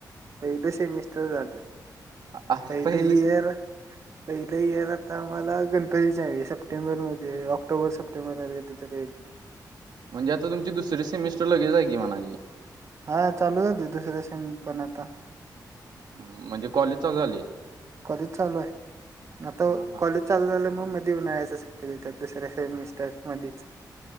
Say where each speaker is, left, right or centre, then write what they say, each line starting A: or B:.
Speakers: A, on the right (about 40°); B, on the right (about 70°).
A: प तसे मिस्टर जात
B: आ
A: पहिलं इयर
B: से-
A: पहिलं इयर आता आम्हाला गणपती आहे सप्टेंबर मध्ये ऑक्टोबर सप्टेंबरमध्येध्ये कधतरीईल
B: म्हणजे आता तुमची दुसरी सेमिस्टर लगेच आहे की म्हणाझी
A: हा चालू झा दुसरे सेम पण आता
B: म्हणजे कॉलेज झाली
A: कॉलेज चालूय आता
B: हा हा
A: कॉलेज चालू झालं मग मध्ये उन्हाळायच शक्य देतात दुसऱ्या सेमिस्टर मधच